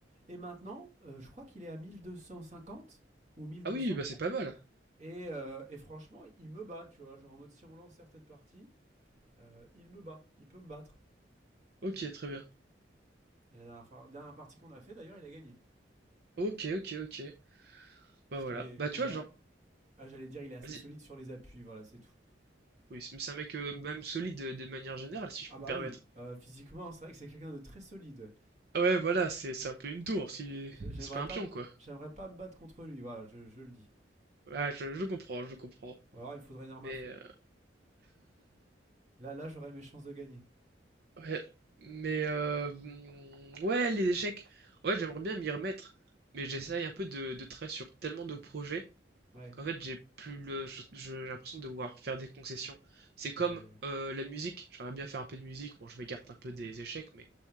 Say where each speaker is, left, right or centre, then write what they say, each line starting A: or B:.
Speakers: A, on the right; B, on the right.
A: Et maintenant, euh, je crois qu'il est à 1250 ou 1200.
B: Ah oui, bah c'est pas mal.
A: Et, euh, et franchement, il me bat, tu vois. Genre, en mode, si on lance certaines parties, euh, il me bat, il peut me battre.
B: Ok, très bien.
A: Et la dernière, fois- dernière partie qu'on a fait, d'ailleurs, il a gagné.
B: Ok, ok, ok. Bah
A: Parce
B: voilà.
A: qu'il est,
B: Bah
A: il
B: tu vois,
A: a,
B: genre,
A: Ah, j'allais dire, il est assez
B: vas-y.
A: solide sur les appuis, voilà, c'est tout.
B: Oui, c'est- mais c'est un mec euh, même solide de, de manière générale, si je
A: Ah
B: peux
A: bah
B: me permettre.
A: oui, euh, physiquement, c'est vrai que c'est quelqu'un de très solide. Ouais.
B: Ah Ouais, voilà, c'est c'est un peu une tour, si
A: J'ai- J'aimerais
B: c'est pas
A: pas,
B: un pion
A: me-
B: quoi.
A: j'aimerais pas me battre contre lui, voilà, je, je le dis.
B: Ouais, je, je comprends, je comprends.
A: Ou alors, il me faudrait une arme
B: Mais
A: à feu.
B: euh,
A: Là, là, j'aurais mes chances de gagner.
B: ouais, mais euh, hmm, ouais, les échecs. Ouais, j'aimerais bien m'y remettre, mais j'essaye un peu de, de travailler sur tellement de projets.
A: Ouais,
B: qu'en fait j'ai plus le je- je- j'ai l'impression de devoir faire des concessions. C'est comme
A: ouais,
B: euh, la musique, j'aimerais bien faire un peu de musique, bon je m'écarte un peu des échecs mais